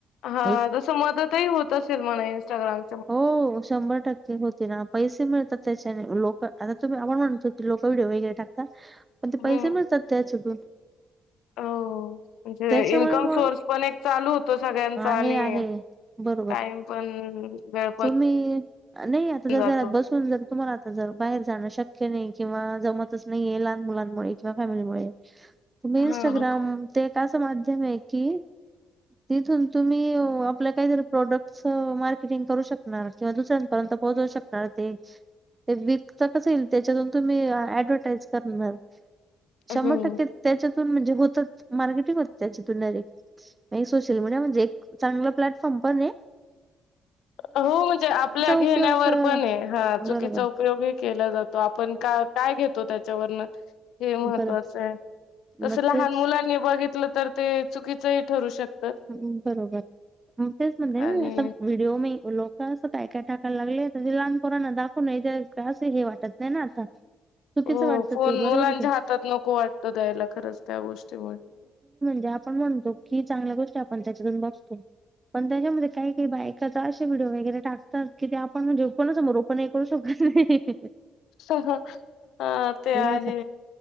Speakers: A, on the left; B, on the right.
A: हा
B: एक
A: तस मदतही होत असेल म्हणा इन्स्टाग्राम
B: हो शंभर टक्के होती ना पैसे मिळतात त्याच्याने लोक आता तुम्ही आपण म्हणतो कि लोक विडिओ वगैरे टाकता पण, ते
A: हम्म.
B: पैसे मिळतात त्याच्यातून.
A: हो म्हणजे
B: त्याच्यामुळे
A: इन्कम
B: मग
A: सोर्स पण एक चालू होतो सगळ्यांचा
B: आहे
A: आणि
B: आहे बरोबर
A: कायम पण वेळ पण
B: तुम्ही नाही आता जर
A: जातो
B: घरात बसून जर तुम्हाला आता ज बाहेर जाणं शक नाही किंवा जमतच नाहीये लहान मुलांमुळे केव्हा फॅमिलीमुळे तुम्ही इं्स्टाग्राम
A: हा.
B: ते एक असं माध्यम आहे कि तिथून तुम्ही आपल्या काहीतरी प्रोडक्टार टिंग करू शकणार किंवा दुसऱ्यांपर्यंत पोहोचवू शकणार ते ते वि कता कसं येईल त्याच्यातून तुम्ही ऍडव्हटाइज करणार शंभर
A: हम्म.
B: टक्के त्याच्या तुन म्हणजे होतंच मार्केटिंग होत त्याच्यातून डायरेक्ट नाही सोशल मीडिया म्हणजे चांगला प्लॅटफॉर्म बनेये
A: होओ म्हणजे आपल्या घेण्यावर
B: उपयोग अ,
A: पण आहे हा चुकीचा
B: बरोबर
A: उपयोगही केला जातो आपण का काय घेतो त्याच्यावर हे महत्वाचं
B: बरं
A: आहे तस
B: मग
A: लहान
B: तेच
A: मुलांनी बघितलं तर ते चुकीचंही ठरू शकत
B: हम बरोबर हम तेच म्हणले
A: आणि
B: ना मी आता व्हिडिओ म लोक असं काय काय टाकायला लागले ते लहानपोरांना दाखवूनही द्या असे हे वाटत नाही ना आता चुकीचं
A: हो
B: वाटतं
A: फोन
B: ते बरोबर
A: मुलांच्या
B: आहे की.
A: हातात नको वाटतो द्यायला खरंच त्या गोष्टीमुळे
B: जे आपण म्हणतो क चांगल्या गोष्टी आपण त्याच्यातून बतो पण त्याच्यामध्ये काही का बायका व्हीडीओ वगैरे टाकतात कि ते आपण म्हणजे <unintelligible> समोर ओपन करू शकत हीहीही
A: सह हा ते आहे
B: आता